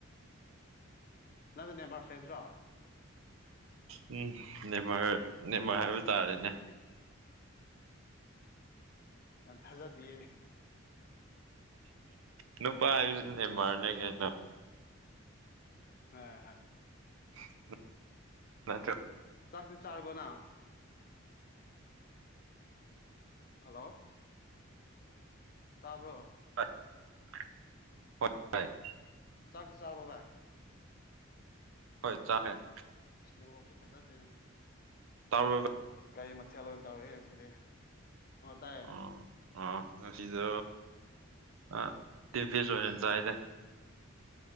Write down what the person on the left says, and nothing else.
ꯅꯪꯖꯨ ꯅꯦꯃꯥꯔ ꯐꯦꯟꯁꯔꯣ
ꯌꯥꯝ ꯊꯥꯖꯗꯤꯌꯦ
<unintelligible>
ꯆꯥꯛꯇꯤ ꯆꯥꯔꯕꯣ ꯅꯪ ꯍꯥꯂꯣ ꯇꯥꯕ꯭ꯔꯣ
ꯆꯥꯛꯇꯤ ꯆꯥꯔꯕꯣ ꯚꯥꯏ
ꯅꯦꯋꯥꯥꯛꯁꯦ ꯐꯖꯗꯦꯅꯦ
ꯀꯔꯤ ꯃꯊꯦꯜ ꯑꯣꯏꯅ ꯇꯧꯔꯒꯦ ꯉꯁꯤꯗꯤ ꯑꯣ ꯇꯥꯏꯌꯦ